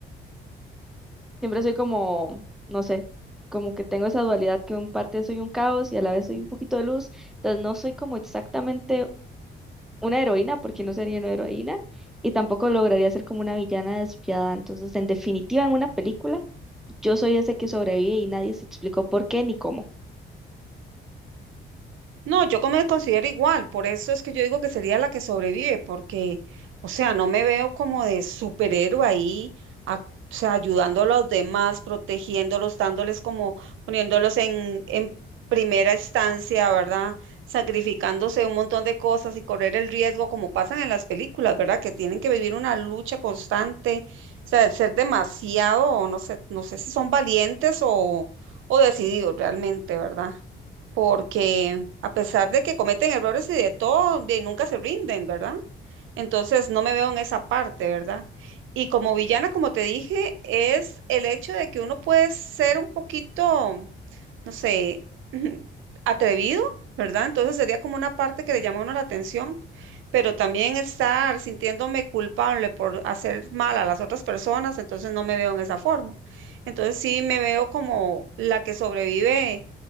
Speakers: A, in the centre; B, on the right.
A: siempre soy como, no sé, como que tengo esa dualidad que en parte soy un caos y a la vez soy un poquito de luz, entonces no soy como exactamente una heroína, porque no sería una heroína, y tampoco lograría ser como una villana despiadada. Entonces, en definitiva, en una película, yo soy ese que sobrevive y nadie se explicó por qué ni cómo.
B: No, yo como me considero igual, por eso es que yo digo que sería la que sobrevive, porque, o sea, no me veo como de superhéroe ahí, a- o sea, ayudando a los demás, protegiéndolos, dándoles como, poniéndolos en, en primera instancia, ¿verdad? Sacrificándose un montón de cosas y correr el riesgo, como pasan en las películas, ¿verdad? Que tienen que vivir una lucha constante, o sea, ser demasiado, no sé, no sé si son valientes o, o decididos realmente, ¿verdad? porque a pesar de que cometen errores y de todo, de nunca se rinden, ¿verdad? Entonces no me veo en esa parte, ¿verdad? Y como villana, como te dije, es el hecho de que uno puede ser un poquito, no sé, <laughs> atrevido, ¿verdad? Entonces sería como una parte que le llama a uno la atención, pero también estar sintiéndome culpable por hacer mal a las otras personas, entonces no me veo en esa forma. Entonces sí me veo como la que sobrevive